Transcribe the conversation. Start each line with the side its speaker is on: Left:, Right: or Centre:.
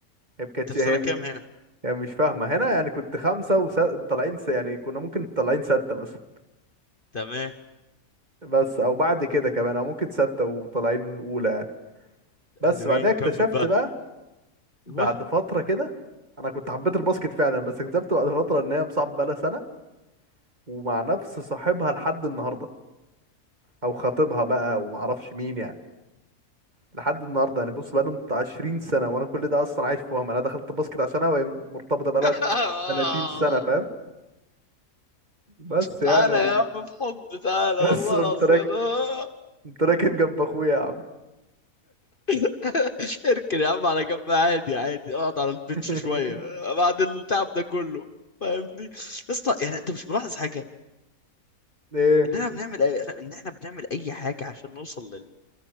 Right: هي ما كانتش
Left: انت في
Right: هي
Left: سنة كام هنا
Right: يعني مش فاهمة هنا يعني كنت خمسة وطالعين س... يعني كنا ممكن طالعين ستة مثلا
Left: تمام
Right: بس أو بعد كده كمان أو ممكن ستة وطالعين أولى يعني بس
Left: حلوين
Right: بعدها اكتشفت
Left: كمل بقى
Right: بقى بعد
Left: ايوه
Right: فترة كده أنا كنت حبيت الباسكت فعلا بس اكتشفت بعد فترة إن هي مصاحبة بقالها سنة ومع نفس صاحبها لحد النهاردة أو خطيبها بقى ومعرفش مين يعني لحد النهاردة يعني بص بقالهم بتاع 20 سنة وأنا كل ده أصلا عايش في وهم أنا دخلت الباسكت عشانها وهي مرتبطة
Left: <laughs>
Right: بقالها 30 سنة فاهم بس يعني
Left: تعالى
Right: و-
Left: يا عم في حضن تعالى
Right: بس
Left: والله
Right: قمت
Left: العظيم أنا-
Right: انت راكن جنب اخويا يا عم
Left: <laughs> اركن يا عم على جنب عادي عادي اقعد على البنش
Right: <laughs>
Left: شوية بعد التعب ده كله فاهمني يا اسطى يعني انت مش ملاحظ حاجة
Right: ايه
Left: ان احنا بنعمل أي... ان احنا بنعمل اي حاجة عشان نوصل